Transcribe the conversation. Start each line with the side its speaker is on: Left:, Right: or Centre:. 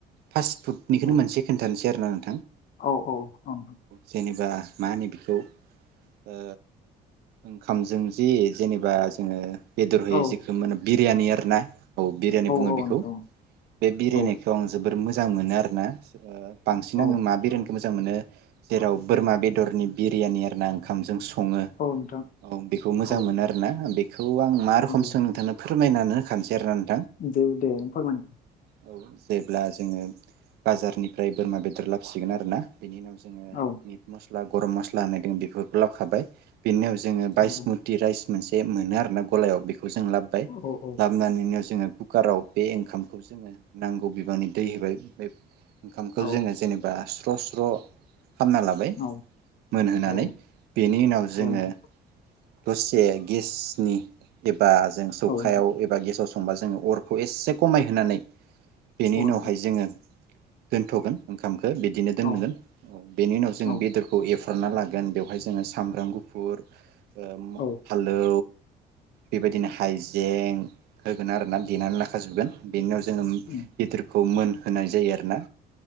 Right: फास्ट फुडनिखोनो
Left: औ
Right: मोनसे खोनथानोसै आरो ना।
Left: औ औ ओं।
Right: जेनेबा मा होनो बेखौ ओ ओंखामजों जि जेनेबा जोङो बेदर होयो
Left: औ
Right: जेखो माने बि रियानि आरोना। औ बिरियानि बुङो
Left: औ
Right: बिखौ
Left: नोंथां
Right: बे बिरियानिखौ
Left: औ
Right: आं जोबोर मोज जां मोनो आरो ना। ओ बांसिन
Left: औ
Right: आङो मा बिरियानिखो मोज जां मोनो जेराव बोरमा बेदरनि बिरियानि आरो ना ओंखाम सं सङो
Left: औ नोंथां
Right: औ बेखौ मोजां
Left: औ
Right: मोनो आरोना बे खौ आं। मा रखोम
Left: औ
Right: सो नोंथांनो फोरमायनानै होखानोसै आरो ना नों
Left: दे दे फोरमाय
Right: औ जेब्ला जोङो बाजारनिफ्राय बोरमा बेदर लाबोसिगोन आरोना बेनि उनाव जोङो
Left: औ
Right: मिट मस स्ला गरम मस्ला होननाय दङ बेफोरखौ लाबोखाबाय बेनि उन जोङो बाइसमुति
Left: औ
Right: राइस मोनसे मोनो आरोना गलायाव बे खौ जों लाबोबाय
Left: औ औ
Right: लाबोनानै जोङो कुकाराव बे ओंखामखौ जोङो नांगौ बिबांनि दै होबाय बे ओंखामखौ
Left: औ
Right: जोङो जेनेबा स्र-स्र' खामना लाबाय
Left: औ
Right: मोनहोनानै
Left: औ
Right: बेनि उनाव जोङो
Left: नोंथां
Right: दसे गेसनि बा जों सौखायाव
Left: औ नोंथां
Right: एबा गेसाव संबा जोङो अरखौ एसे खमायहोनानै बेनि
Left: औ
Right: उनावहाय
Left: नोंथां
Right: जोङो दोनथ'गोन ओंखाम बिदिनो दोनगोन
Left: औ
Right: बेनि उनाव जों
Left: औ
Right: बेदरखौ एव हरना लागोन बेवहाय जोङो सामब्राम गुफुर ओ
Left: औ
Right: फानलौ बेबायदिनो हाइजें होगोन आरोना देनानै लाखाजोबगोन। बेनिनाव जोङो
Left: उम
Right: गिदिरखौ खौ मोन होनोनाय जायो आरोना